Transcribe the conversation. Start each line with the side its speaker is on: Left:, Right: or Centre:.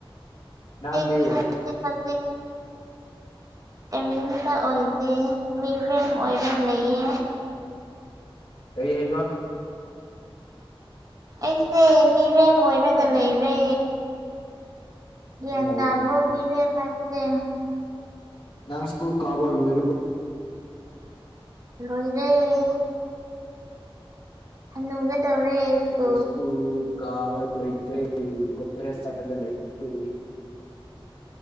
Left: ꯅꯪꯗꯤ
Right: ꯐꯩ ꯑꯩꯗꯤ
Left: <inaudible>
Right: ꯀꯔꯤꯝꯇꯠ ꯑꯣꯏꯗꯦ ꯃꯤꯔꯦꯝ ꯑꯣꯏꯔꯒ ꯂꯩꯌꯦ
Left: ꯀꯩ ꯍꯩꯕ
Right: ꯑꯩꯁꯦ ꯃꯤꯔꯦꯝ ꯑꯣꯏꯔꯒ ꯂꯩꯔꯦ ꯒ꯭ꯌꯥꯟ
Left: ꯑꯣ
Right: ꯇꯕ꯭ꯔꯣ ꯃꯤꯔꯦꯝ ꯍꯥꯏꯕꯁꯦ
Left: ꯅꯪ ꯁ꯭ꯀꯨꯜ ꯀꯕꯥ ꯂꯣꯏꯔꯕꯣ
Right: ꯂꯣꯏꯔꯦ ꯍꯅꯨꯒꯗꯧꯔꯦ ꯁ꯭ꯀꯨꯨꯜ
Left: ꯁ꯭ꯀꯨꯜ ꯀꯥꯕ ꯂꯩꯇ꯭ꯔꯦ ꯀꯣꯂꯦꯖ ꯆꯠꯂꯒ ꯂꯩꯔꯦ